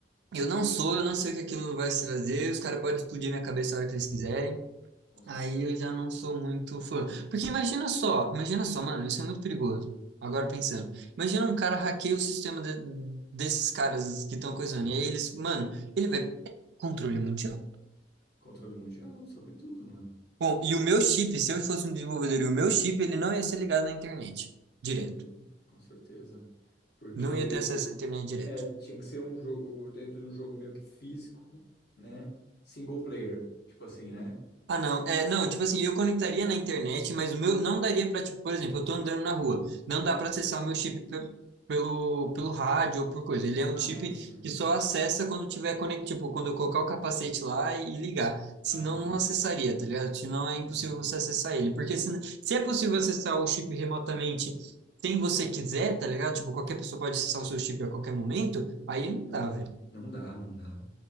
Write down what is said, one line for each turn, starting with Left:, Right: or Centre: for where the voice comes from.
Right: eu não sou, eu não sei o que aquilo vai se fazer, os caras podem explodir minha cabeça a hora que eles quiserem.
Left: com certeza.
Right: Aí eu já não sou muito fã. Porque imagina só, imagina só, mano, isso é muito perigoso. Agora pensando. Imagina um cara hackeia o sistema de- desses caras que estão coisando.
Left: Nossa.
Right: E aí eles, mano, ele vai. Controle mundial.
Left: Controle mundial, sobretudo, mano.
Right: Bom, e o meu chip, se eu fosse um desenvolvedor, e o meu chip, ele não ia ser ligado na internet direto.
Left: É, com certeza. Porque
Right: Não ia ter acesso à internet direto.
Left: é, tinha que ser um jogo dentro de um jogo meio que físico, né? Single player. Tipo assim, né?
Right: Ah, não. É, não, tipo assim, eu conectaria na internet, mas o meu não daria pra, tipo, por exemplo, eu tô andando na rua, não dá pra acessar o meu chip pe- pelo, pelo rádio ou por coisa. Ele é um
Left: Ah,
Right: chip
Left: sim.
Right: que só acessa quando tiver conect, tipo, quando eu colocar o capacete lá e, e ligar. Senão
Left: Ah, tá.
Right: não acessaria, tá ligado? Senão
Left: Uhum.
Right: é impossível você acessar ele. Porque se, se é possível acessar o chip remotamente sem você quiser, tá ligado? Tipo, qualquer pessoa pode acessar o seu chip a qualquer momento, aí não
Left: Não,
Right: dá,
Left: não.
Right: velho.
Left: Não dá, não dá.